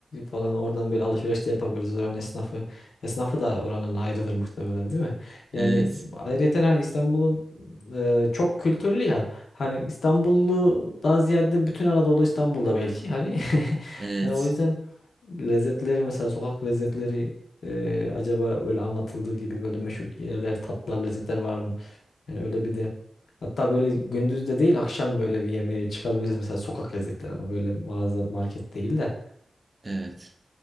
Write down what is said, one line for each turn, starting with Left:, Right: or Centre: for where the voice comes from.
Left: falan oradan böyle alışveriş de yapabiliriz oranın esnafı. Esnafı da oranın ayrıdır muhtemelen değil mi?
Right: Evet,
Left: Yani ayrıyeten hani İstanbul'un e, çok kültürlü ya. Hani İstanbullu daha ziyade bütün Anadolu İstanbul'da belki hani. <laughs>
Right: evet,
Left: Yani o yüzden lezzetleri mesela sokak lezzetleri e, acaba öyle anlatıldığı gibi böyle meşhur yerler, tatlar, lezzetler var mı? Yani öyle bir de Hatta böyle gündüz de değil akşam böyle bir yemeğe çıkabiliriz mesela sokak lezzetleri ama böyle mağaza market değil de.
Right: evet.